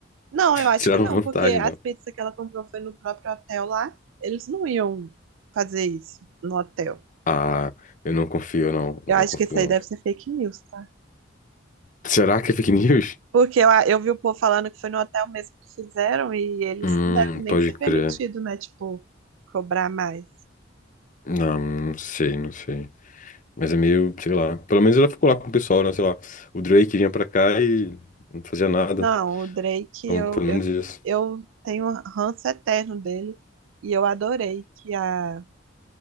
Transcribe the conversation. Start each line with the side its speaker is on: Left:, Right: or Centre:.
Right: Não, eu acho
Left: Tiraram
Right: que não,
Left: vantagem
Right: porque as
Left: dela.
Right: pizzas que ela comprou foi no próprio hotel lá. Eles não iam fazer isso no hotel.
Left: Ah, eu não confio, não.
Right: Eu
Left: Não
Right: acho
Left: confio,
Right: que isso aí
Left: não.
Right: deve ser fake news, tá?
Left: Será que é fake news?
Right: Porque eu, eu vi o povo falando que foi no hotel mesmo que fizeram e eles
Left: Hum,
Right: não devem nem
Left: pode
Right: ser
Left: crer.
Right: permitido, né? Tipo, cobrar mais.
Left: Não, não sei, não sei. Mas é meio, sei lá. Pelo menos ela ficou lá com o pessoal, né? Sei lá. O Drake vinha pra cá e não fazia nada.
Right: Não, o Drake,
Left: Então,
Right: eu,
Left: pelo
Right: eu,
Left: menos isso.
Right: eu tenho um ranço eterno dele e eu adorei que, a,